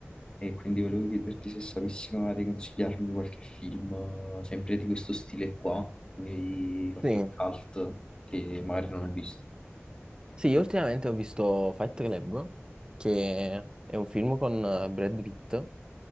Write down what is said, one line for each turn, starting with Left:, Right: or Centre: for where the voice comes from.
Left: e quindi volevo chiederti se sapessi magari consigliarmi qualche film, eh, sempre di questo stile qua, quindi qualche
Right: Sì,
Left: cult che magari non ho visto.
Right: sì, io ultimamente ho visto Fight Club, che è un film con eh, Brad Pitt